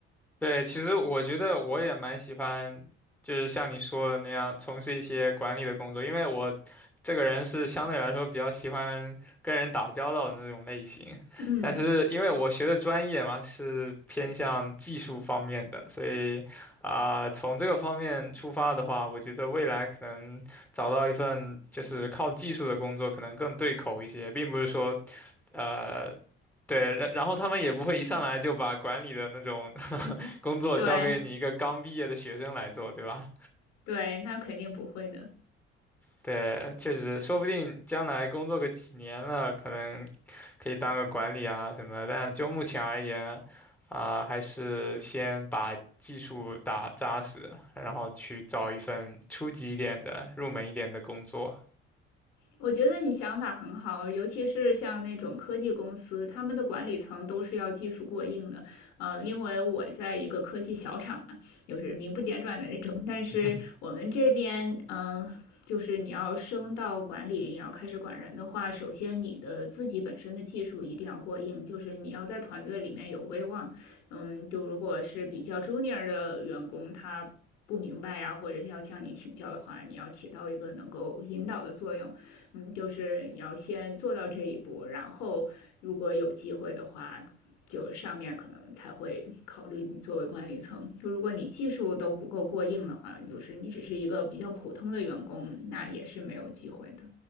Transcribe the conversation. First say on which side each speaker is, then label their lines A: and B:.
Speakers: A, in the centre; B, on the left.
A: 对，其实我觉得我也蛮喜欢，就是像你说的那样，从事一些管理的工作，因为我这个人是相对来说比较喜欢跟人打交道的那种类型。
B: 嗯，
A: 但是因为我学的专业嘛，是偏向技术方面的，所以啊、从这个方面出发的话，我觉得未来可能找到一份就是靠技术的工作，可能更对口一些，并不是说呃。对，然然后他们也不会一上来就把管理的那种工作交给你一个刚毕业的学生来做，
B: 对。
A: 对吧？
B: 对，那肯定不会呢。
A: 对，确实，说不定将来工作个几年了，可能可以当个管理啊什么的。但就目前而言，啊、还是先把技术打扎实，然后去找一份初级一点的、入门一点的工作。
B: 我觉得你想法很好，尤其是像那种科技公司，他们的管理层都是要技术过硬的。呃，因为我在一个科技小厂嘛，就是名不见传的那种。但是我们这边，
A: <laughs>
B: 嗯、呃就是你要升到管理，你要开始管人的话，首先你的自己本身的技术一定要过硬，就是你要在团队里面有威望。嗯，就如果是比较 junior 的员工，他不明白呀、啊或者是要向你请教的话，你要起到一个能够引导的作用。嗯，就是你要先做到这一步，然后如果有机会的话，就上面可能才会考虑你作为管理层。就如果你技术都不够过硬的话，就是你只是一个比较普通的员工，那也是没有机会的。